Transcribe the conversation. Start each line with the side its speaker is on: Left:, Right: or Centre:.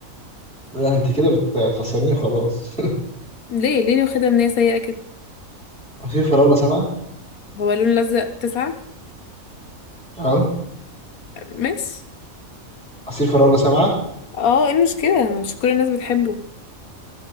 Centre: لا انت كده بت- بتخسريني وخلاص
Left: ليه ليه واخدها من هي سيئة كده
Centre: <laughs> عصير فراولة سبعة
Left: هو لون لزق تسعة
Centre: اه
Left: ماشي
Centre: عصير فراولة سبعة
Left: اه ايه المشكلة مش كل الناس بتحبه